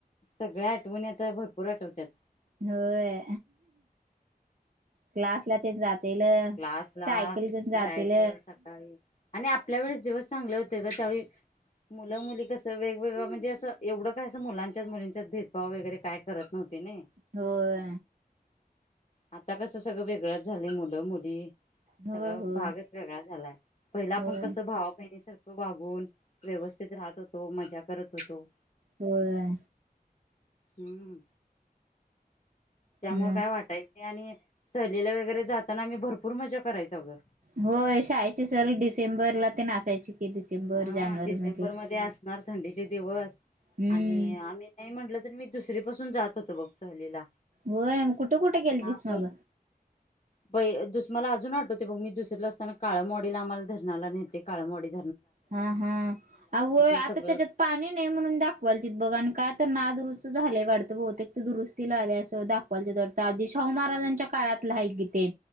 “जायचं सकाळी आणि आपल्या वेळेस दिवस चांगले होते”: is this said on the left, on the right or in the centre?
Left